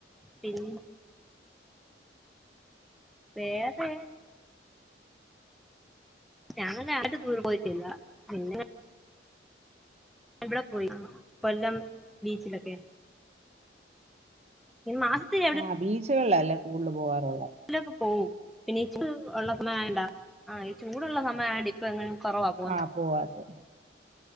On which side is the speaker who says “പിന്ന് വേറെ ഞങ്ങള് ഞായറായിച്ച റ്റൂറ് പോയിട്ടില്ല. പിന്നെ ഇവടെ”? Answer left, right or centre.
Centre